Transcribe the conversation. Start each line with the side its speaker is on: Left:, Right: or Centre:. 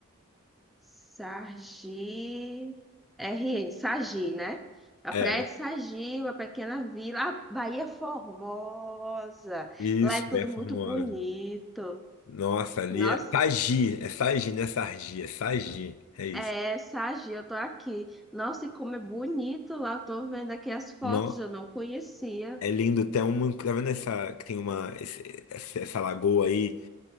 Centre: Sargi R N Sargi, né? A
Left: É,
Centre: Praia de Sargi, uma pequena vila. Ah, Bahia é Formosa.
Left: isso,
Centre: Lá é tudo
Left: é Formosa.
Centre: muito bonito.
Left: Nossa, ali
Centre: Nossa,
Left: é Sagi, é Sagi, não é Sargi, é Sagi, é isso.
Centre: é, Sargi, eu tô aqui. Nossa, e como é bonito lá. Eu tô vendo aqui as fotos,
Left: Não,
Centre: eu não conhecia.
Left: é lindo, tem uma, tá vendo essa, que tem uma, esse- essa, essa lagoa aí